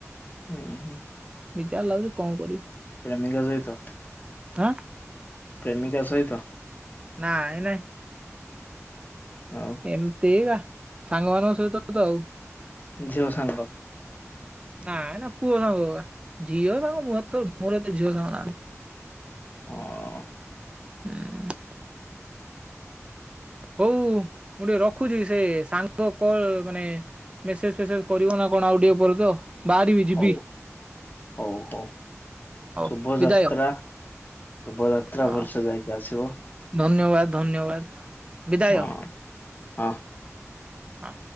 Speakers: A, on the left; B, on the right.
A: ଉଁ ହୁଁ।
B: ବିଚାର ଲାଗୁଚି କଣ କରିବି।
A: ନାନୀଙ୍କ ସହିତ।
B: ଆଁ
A: ପ୍ରେମିକା ସହିତ?
B: ନାଇଁ ନାଇଁ।
A: ଆଉ
B: ଏମତିକା ସାଙ୍ଗମାନଙ୍କ ସହିତ ତ ଆଉ।
A: ଝିଅ ସାଙ୍ଗ।
B: ନାଇଁ ନା ପୁଅ ସାଙ୍ଗଉରା ଝିଅ ସାଙ୍ଗ ମୁଁ ତ ମୋର ଏତେ ଝିଅ ସାଙ୍ଗ ନାହାନ୍ତି।
A: ହଁ।
B: ହୁଁ। ହଉ ମୁଁ ଟିକେ ରଖୁଚି। ସେ ସାଙ୍ଗ କଲ ମାନେ ମେସେଜ ଫେସେଜ କରିବନା। କଣ ଆଉ ଟିକେ ପରେ ତ? ବାହାରିବି ଯିବି।
A: ହଉ ହଉ ହଉ।
B: ହଉ
A: ଶୁଭ
B: ବିଦାୟ।
A: ଯାତ୍ରା ଶୁଭ ଯାତ୍ରା
B: ହଁ
A: ଭଲସେ ଯାଇକି ଆସିବ।
B: ଧନ୍ୟବାଦ ଧନ୍ୟବାଦ ବିଦାୟ।
A: ହଁ ହଁ।
B: ହଁ।